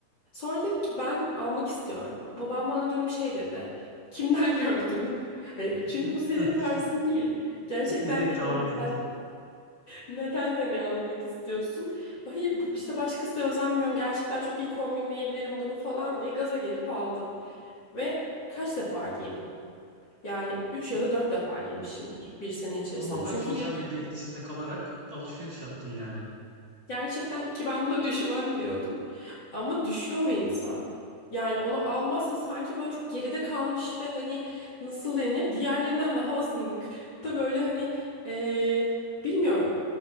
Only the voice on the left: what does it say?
Sonra dedim ki ben almak istiyorum. Babam bana dönüp şey dedi. Kimden gördün? <laughs> Hani çünkü
bu senin tarzın değil. Gerçekten
değil.
Hani Neden,
neden hani almak istiyorsun? Hayır bu- işte başkası da özenmiyorum. Gerçekten çok iyi kombinleyebilirim bunu falan diye gaza gelip aldım. Ve kaç defa giydim? Yani 3
ya da 4 defa giymişimdir bir sene içerisinde.
Çünkü
yarış-
gerçekten ki ben buna <laughs> düşmem diyordum. Ama düşüyor insan. Yani onu almazsa sanki böyle çok geride kalmış ve hani nasıl denir? Diğerlerinden daha azınlıkta böyle hani eee, bilmiyorum.